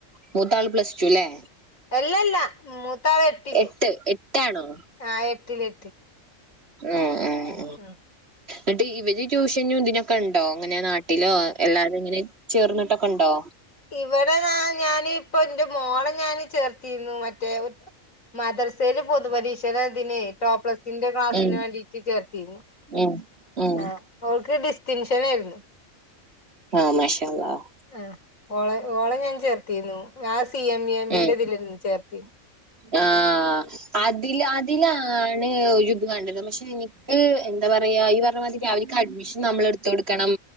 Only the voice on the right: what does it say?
മൂത്താള് പ്ലസ് ടു അല്ലേ?
എട്ട് എട്ടാണോ
ഏഹ് ഏഹ്
എന്നിട്ട് ഇവര് ട്യൂഷനും ഇതിനൊക്കെ ഉണ്ടോ അങ്ങനെ നാട്ടിലോ എല്ലാവരും ഇങ്ങനെ ചേർന്നിട്ടൊക്കെ ഉണ്ടോ?
ഉം
ഉം ഉം
ആഹ് മാഷാ അല്ലാഹ്
ഉം
ആഹ് അതില് അതിലാ ആണ് ഒരു ഇത് വേണ്ടത് പക്ഷെ എനിക്ക് എന്താ പറയാ ഈ പറഞ്ഞ മതി അവനിക്ക് അഡ്മിഷൻ നമ്മളെടു ത്തടുക്കണം